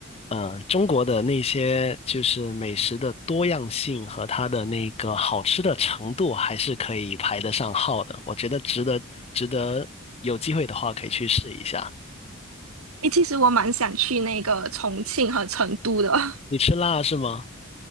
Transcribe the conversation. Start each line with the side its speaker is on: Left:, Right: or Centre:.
Left: 嗯，中国的那些就是美食的多样性和它的那个好吃的程度，还是可以排得上号的。我觉得值得，值得有机会的话可以去试一下。
Right: 诶，其实我蛮想去那个重庆和成都的。<laughs>
Left: 你吃辣是吗？